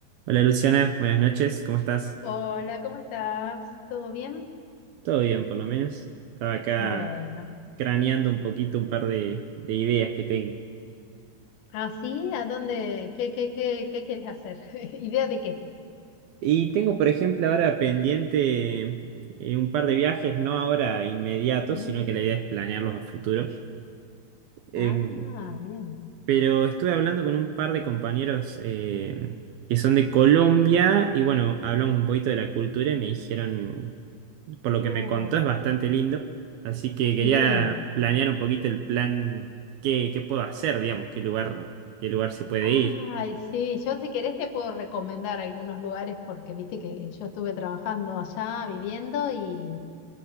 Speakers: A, on the right; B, on the left.
A: Hola Luciana, buenas noches, ¿cómo estás?
B: Hola, ¿cómo estás? ¿Todo bien?
A: Todo bien, por lo menos. Estaba acá
B: Bueno,
A: craneando un poquito un par de, de ideas que tengo.
B: ¿así? ¿A dónde? ¿Qué, qué, qué, qué quieres hacer? <laughs> ¿Idea de qué?
A: Y tengo, por ejemplo, ahora pendiente eh, un par de viajes, no ahora inmediatos,
B: Mm,
A: sino que la idea es planearlos a futuro. Em,
B: Ah, bien.
A: pero estuve hablando con un par de compañeros em, que son de Colombia y bueno, hablamos un poquito de la cultura y me dijeron por
B: Uh,
A: lo que me contó, es bastante lindo. Así que quería
B: sí.
A: planear un poquito el plan, qué, qué puedo hacer, digamos, qué lugar, qué lugar se puede
B: Ay,
A: ir.
B: sí. Yo si querés te puedo recomendar algunos lugares porque viste que yo estuve trabajando allá, viviendo y,